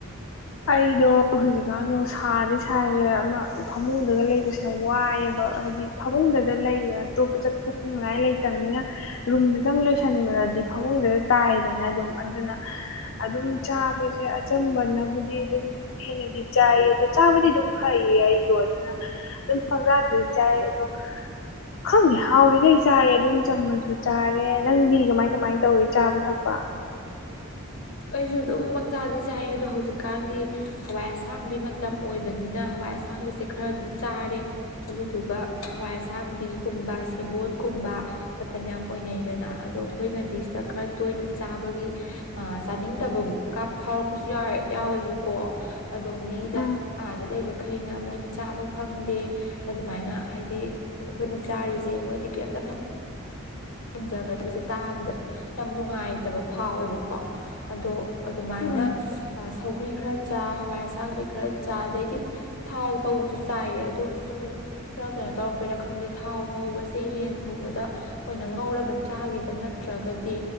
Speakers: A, on the left; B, on the left.
A: ꯑꯩꯗꯣ ꯍꯧꯖꯤꯛꯀꯥꯟ ꯅꯨꯁꯥꯗꯤ ꯁꯥꯥꯏꯒꯦ ꯑꯃ ꯐꯃꯨꯡꯗꯒ ꯂꯩꯕꯁꯦ ꯌꯥꯝ ꯋꯥꯏꯑꯦꯕ ꯍꯥꯏꯗꯤ ꯐꯃꯨꯡꯗꯗ ꯂꯩ ꯑꯇꯣꯞꯄ ꯆꯠꯊꯣꯛꯅꯤꯡꯉꯥꯏ ꯂꯩꯇꯕꯅꯤꯅ ꯔꯨꯝꯗꯇꯪ ꯂꯩꯣꯏꯁꯟꯕꯗꯤ ꯐꯃꯨꯡꯗꯗ ꯇꯥꯏꯗꯅ ꯑꯗꯨꯝ ꯑꯗꯨꯅ ꯑꯗꯨꯝ ꯆꯥꯕꯁꯦ ꯑꯆꯝꯕꯅ ꯕꯨꯗꯤ ꯑꯗꯨꯝ ꯍꯦꯟꯅꯗꯤ ꯆꯥꯏꯌꯦ ꯑꯗꯣ ꯆꯥꯕꯗꯤ ꯑꯗꯨꯝ ꯐꯩꯌꯦ ꯑꯩꯗꯣ ꯑꯗꯨꯅ ꯑꯗꯨꯝ ꯄꯪꯆꯥꯗꯗꯤ ꯆꯥꯏ ꯑꯗꯣ ꯈꯪꯗꯦ ꯍꯥꯎꯔꯤꯈꯩ ꯆꯥꯔꯦ ꯑꯗꯨꯝ ꯆꯝꯃꯁꯨ ꯆꯥꯔꯦ ꯅꯪꯗꯤ ꯀꯃꯥꯏ ꯀꯃꯥꯏꯅ ꯇꯧꯋ ꯆꯥꯕ ꯊꯛꯄ
B: ꯑꯩꯁꯨ ꯑꯗꯨꯝ ꯄꯪꯆꯥꯗꯤ ꯆꯥꯏꯌꯦ ꯑꯗꯣ ꯍꯧꯖꯤꯛꯀꯥꯟꯗꯤ ꯍꯋꯥꯏ ꯑꯁꯥꯡꯕꯤ ꯃꯇꯝ ꯑꯣꯏꯕꯅꯤꯅ ꯍꯋꯥꯏ ꯑꯁꯥꯡꯕꯤꯁꯦ ꯈꯔ ꯑꯗꯨꯝ ꯆꯥꯔꯦ꯫ ꯑꯗꯨꯗꯨꯒ ꯍꯋꯥꯏ ꯑꯁꯥꯡꯕꯤꯒꯨꯝꯕ ꯁꯦꯕꯣꯠꯀꯨꯝꯕ ꯃꯇꯝ ꯌꯥꯝ ꯑꯣꯏꯅꯩꯗꯅ ꯑꯗꯣ ꯑꯩꯈꯣꯏꯅꯗꯤ ꯁꯤꯗ ꯈꯔ ꯇꯣꯏꯅ ꯆꯥꯕꯒꯤ ꯑ ꯆꯥꯅꯤꯡꯗꯕꯒ ꯐꯥꯎꯔꯛꯄꯁꯨ ꯌꯥꯎ ꯌꯥꯎꯋꯦꯕꯀꯣ ꯑꯗꯣ ꯃꯤꯗ
A: ꯎꯝ
B: ꯑꯥꯗ ꯂꯩꯕꯈꯩꯅ ꯃꯣꯏꯗꯤ ꯆꯥꯕ ꯐꯪꯗꯦ ꯑꯗꯨꯃꯥꯏꯅ ꯍꯥꯏꯗꯤ ꯑꯩꯈꯣꯏꯅ ꯆꯥꯔꯤꯁꯦ ꯃꯣꯏꯗꯤ ꯀꯩꯝꯇ ꯐꯪ ꯐꯪꯖꯗꯕ ꯍꯥꯏꯕꯁꯦ ꯇꯥꯕꯗ ꯌꯥꯝ ꯅꯨꯡꯉꯥꯏꯇꯕ ꯐꯥꯎꯋꯦꯕꯀꯣ ꯑꯗꯣ ꯑꯗꯨꯃꯥꯏꯅ
A: ꯎꯝ
B: ꯁꯧꯒ꯭ꯔꯤ ꯈꯔ ꯆꯥ ꯍꯋꯥꯏ ꯑꯁꯥꯡꯕꯤ ꯈꯔ ꯆꯥ ꯑꯗꯩꯗꯤ ꯊꯥꯎ ꯇꯧꯕꯁꯨ ꯆꯥꯏꯌꯦ ꯑꯗꯣ ꯁꯨꯝ ꯈꯔ ꯀꯩꯅꯣ ꯇꯧꯔꯛꯄꯩꯔ ꯈꯪꯗꯦ ꯊꯥꯎ ꯉꯧꯕꯁꯦ ꯌꯦꯟ ꯊꯣꯡꯕꯗ ꯑꯣꯏꯅ ꯉꯧꯔꯒ ꯆꯥꯈꯤꯕ ꯅꯠꯇ꯭ꯔꯒꯗꯤ